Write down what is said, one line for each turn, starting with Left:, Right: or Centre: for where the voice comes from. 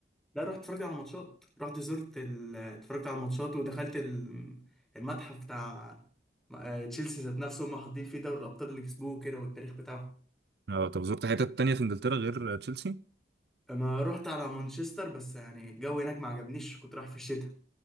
Centre: لا رحت اتفرجت على ماتشات رحت زرت ال... اتفرجت على الماتشات ودخلت ال- المتحف بتاع آه، تشيلسي ذات نفسه هم حاطين فيه دوري الأبطال اللي كسبوه كده والتاريخ بتاعه
Right: اه طب زرت حتت تانية في انجلترا غير تشيلسي؟
Centre: ما رحت على مانشستر بس يعني الجو هناك ما عجبنيش كنت رايح في الشتاء